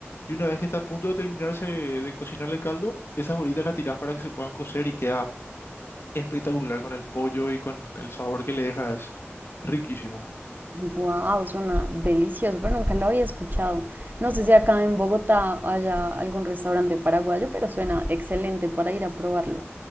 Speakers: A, on the left (about 60°); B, on the right (about 45°).
A: Y una vez que está a punto de terminarse de cocinar el caldo, esas bolitas las tirás para que se puedan cocer y queda espectacular con el pollo y con el sabor que le deja, es riquísimo.
B: Wow, suena delicioso, pero nunca lo había escuchado. No sé si acá en Bogotá haya algún restaurante paraguayo, pero suena excelente para ir a probarlo.